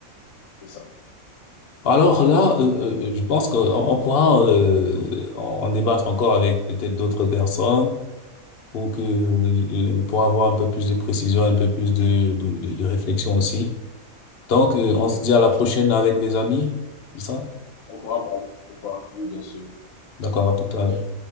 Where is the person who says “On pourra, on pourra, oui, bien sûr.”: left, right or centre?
Left